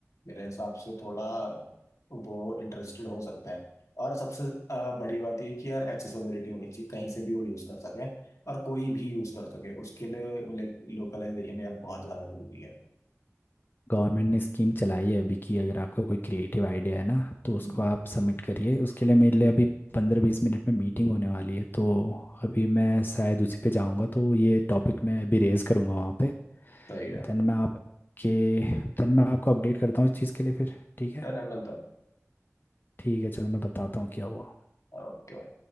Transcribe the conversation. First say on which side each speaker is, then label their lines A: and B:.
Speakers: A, on the left; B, on the left.
A: मेरे हिसाब से थोड़ा वो इंटरेस्टेड हो सकता है और सबसे अ, बड़ी बात ये कि यार एक्सेसिबिलिटी होनी चाहिए कहीं से भी वो यूज़ कर सकें और कोई भी यूज़ कर सके उसके लिए लाइक लोकलाइजेशन यार बहुत ज़्यादा जरूरी है
B: गवर्नमेंट ने स्कीम चलाई है अभी की अगर आपका कोई क्रिएटिव आइडिया है ना तो उसको
A: हम्म,
B: आप सबमिट करिए उसके लिए मेरे लिए अभी पंद्रह बीस मिनट में मीटिंग होने वाली है तो अभी मैं शायद उसी पे जाऊँगा तो ये टॉपिक मैं अभी रेज करूँगा वहाँ पे
A: सही है
B: देन मैं आपके देन मैं आपको अपडेट करता हूँ इस चीज़ के लिए फिर ठीक है
A: डन है मिलता है।
B: ठीक है चलो मैं बताता हूँ क्या हुआ
A: ओह जी।